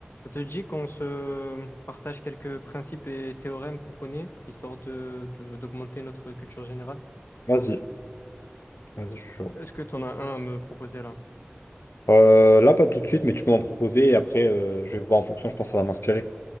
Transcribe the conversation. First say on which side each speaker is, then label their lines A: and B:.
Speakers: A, on the left; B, on the left.
A: Ça te dit qu'on se partage quelques principes et théorèmes qu'on connaît, histoire de, de- d'augmenter notre culture générale?
B: Vas-y, vas-y, je suis chaud.
A: Est-ce que tu en as un à me proposer là?
B: Euh, là, pas tout de suite, mais tu peux m'en proposer et après, euh, je vais voir en fonction, je pense que ça va m'inspirer.